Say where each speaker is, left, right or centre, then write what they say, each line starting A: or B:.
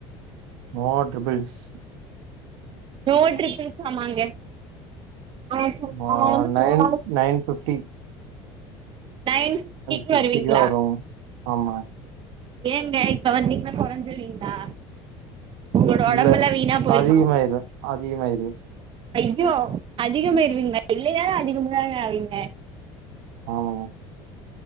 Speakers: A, on the right; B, on the right.
A: நோ ட்ரிப்புள்ஸ்
B: நோ ட்ரிப்பிள்ஸாமாங்க அ சரி
A: ஆ
B: அவ வந்து
A: நைன்
B: போறானு
A: நைன் ஃபிஃப்ட்டி
B: நைன் ஃபிஃப்ட்டிக்கி
A: ஃபிஃப்டிக்கு
B: வருவீங்ளா
A: தா வருவோங்க ஆமா
B: ஏங்க இப்ப வந்தீங்ன்னா கொறஞ்சிருவீங்ளா ஒங்ளோட
A: இல்ல
B: ஒடம்பெல்லா வீணா போயிருமா
A: அதிகமாயிரு அதிகமாயிரு
B: ஐயோ அதிகமாய்ருவீங்ளா இல்லேனாலு அதிகமாதா ஆவீங்க
A: ஆமாங்க